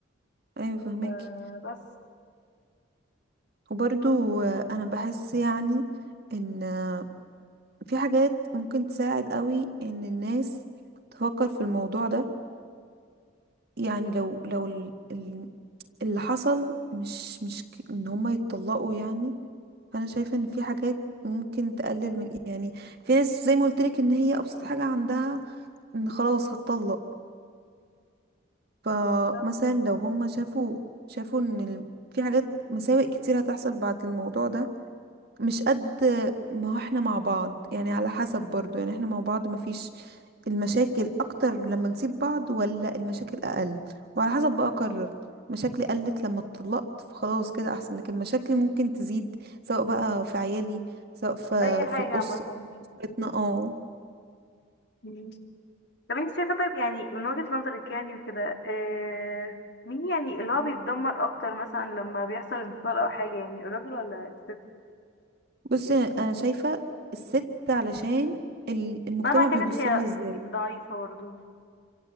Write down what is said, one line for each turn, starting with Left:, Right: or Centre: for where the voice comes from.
Right: ايوه فهمك
Left: فبس
Right: وبرضو آه، انا بحس يعني ان آه، في حاجات ممكن تساعد قوي ان الناس تفكر في الموضوع ده يعني لو لو ال- ال- اللي حصل مش مش ك- ان هما يتطلقوا يعني فانا شايفه ان في حاجات ممكن تقلل من يعني في ناس زي ما قلت لك ان هي ابسط حاجه عندها ان خلاص هتطلق فمثلا
Left: ده
Right: لو هم شافوا شافوا ان ال- في حاجات مساوئ كتير هتحصل بعد الموضوع ده مش قد ما هو احنا مع بعض يعني على حسب برضو يعني احنا مع بعض مفيش المشاكل اكتر لما نسيب بعض ولا المشاكل اقل وعلى حسب بقى اقرر مشاكلي قلت لما اتطلقت فخلاص كده احسن لكن مشاكلي ممكن تزيد سواء بقى في عيالي سواء في
Left: أي حاجة
Right: في الأس
Left: عامة
Right: أسرتنا اه
Left: مم. طب انت شايفة طيب يعني من وجهة نظرك يعني وكده آه مين يعني اللي هو بيتدمر أكتر مثلا لما بيحصل انفصال أو حاجة يعني الراجل ولا الست
Right: بصي انا شايفة الست علشان ال- المجتمع
Left: مهما كانت
Right: بيبص
Left: هي
Right: لها ازاي
Left: ضعيفة برضه